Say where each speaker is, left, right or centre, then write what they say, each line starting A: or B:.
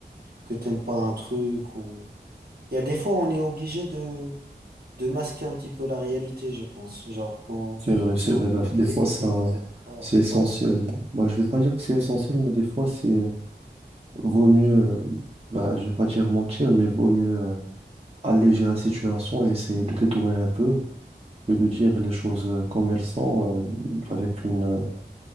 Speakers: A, on the right (about 60°); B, on the right (about 35°).
A: que t'aimes pas un truc ou... Il y a des fois on est obligé de, de masquer un petit peu la réalité, je pense. Genre quand
B: c'est vrai, c'est
A: on a
B: vrai.
A: une
B: Bah,
A: activité
B: Des fois, ça,
A: que t'aimes pas,
B: c'est essentiel.
A: ouais,
B: Bah, je vais pas dire que c'est essentiel, mais des fois, c'est vaut mieux, euh, bah, je vais pas dire mentir, mais vaut mieux euh, alléger la situation et essayer de détourner un peu. que de dire les choses euh, comme elles sont, euh, avec une, euh,